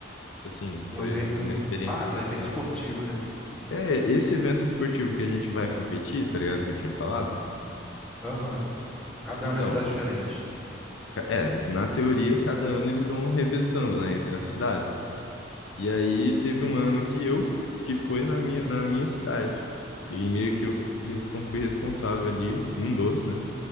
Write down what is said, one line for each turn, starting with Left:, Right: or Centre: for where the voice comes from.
Left: Assim,
Centre: Um
Left: foi,
Centre: evento.
Left: foi uma experiência
Centre: Ah, tá,
Left: bacana.
Centre: evento esportivo, né?
Left: É, esse evento esportivo que a gente vai competir, tá ligado? Que eu tinha falado.
Centre: Aham. Cada
Left: Então,
Centre: ano é uma cidade diferente.
Left: ca- é, na teoria, cada ano eles vão revezando, né, entre as cidades. E aí teve um ano que eu que foi na minha, na minha cidade. E meio que eu respon- fui responsável ali, um dos, né,